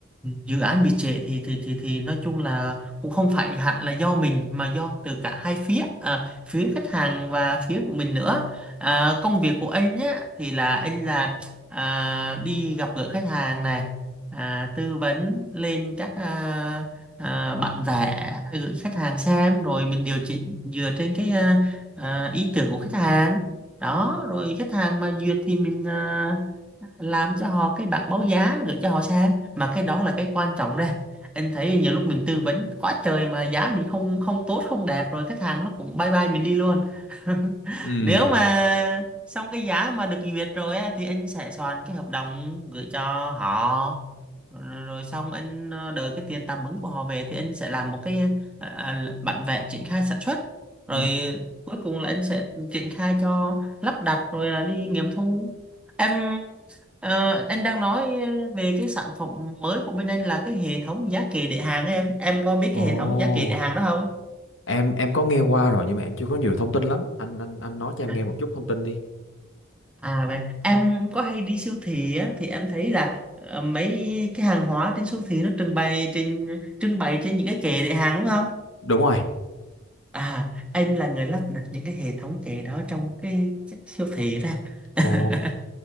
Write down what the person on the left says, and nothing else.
Ừ.
Ừ.
Ồ,
em em có nghe qua rồi nhưng mà em chưa có nhiều thông tin lắm. Anh anh anh nói cho em
nghe một chút thông tin đi.
Đúng rồi.
Ồ,